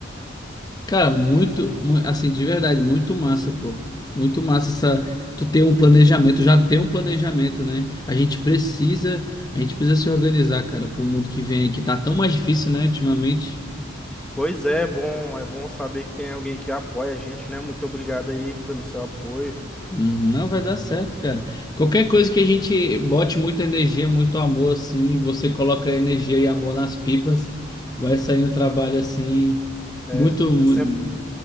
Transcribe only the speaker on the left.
Cara, muito, mu- assim, de verdade, muito massa, pô. Muito massa essa, tu ter um planejamento, já ter um planejamento, né? A gente precisa, a gente precisa se organizar, cara, pro mundo que vem aí, que tá tão mais difícil, né, ultimamente.
Uhum, não vai dar certo, cara. Qualquer coisa que a gente bote muita energia, muito amor, assim, você coloca energia e amor nas pipas, vai sair um trabalho, assim,
muito, mu-